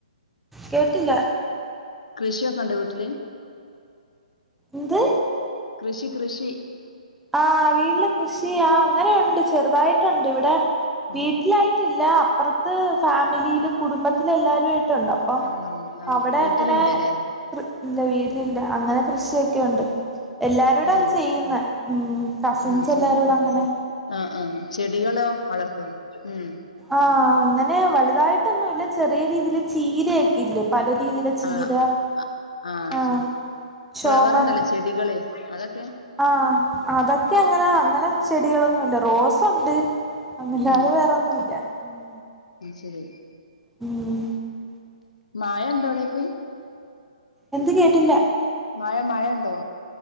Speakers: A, in the centre; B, on the left (about 60°).
A: കേട്ടില്ല
B: കൃഷിയൊക്കെണ്ടോ വീട്ടില്
A: എന്ത്
B: കൃഷി കൃഷി
A: ആഹ് വീട്ടില് കൃഷിആ അങ്ങനെയുണ്ട് ചെറുതായിട്ടുണ്ട് ഇവിടെ.
B: ഉം
A: വീട്ടിലായിട്ടില്ല അപ്പറത്ത് ഫാമിലിയിലും. കുടുംബത്തിലെ എല്ലാവരുമായിട്ടുണ്ട് അപ്പം
B: അവിടെണ്ട് ആഹ്
A: അവടെ
B: വീട്ടിലില്ലല്ലേ
A: അങ്ങനെ ഇല്ല വീട്ടിലില്ല അങ്ങനെ കൃഷിയൊക്കെയുണ്ട് എല്ലാരൂടെ
B: ആഹ്
A: അത് ചെയ്യുന്നെ. ഉം കസിൻസ്
B: ആഹ് ശരി
A: എല്ലാരുടങ്ങനെ
B: ആഹ് ആഹ് ചെടികളോ വളർത്തോ ഉം.
A: ആഹ് അങ്ങനെ വലുതായിട്ടൊന്നുല്ല ചെറിയ രീതില് ചീരയൊക്കെണ്ട് പല രീതിയിലെ ചീര
B: ആഹ് ആഹ്
A: ആ
B: ശരി
A: ചോമന്ന്
B: ഫ്ലവർ ഉണ്ടല്ലോ ചെടികള് അതൊക്കെ
A: ആ അതൊക്കെ അങ്ങനെ അങ്ങനെ ചെടികളൊന്നുല്ല റോസണ്ട് ഒന്നുല്ലാതെ
B: ഉം
A: വേറോന്നുല്ല ഉം
B: ശരി
A: മ്മ്
B: മായണ്ടോ അടക്കെ.
A: എന്ത് കേട്ടില്ല.
B: മഴ മഴണ്ടോ.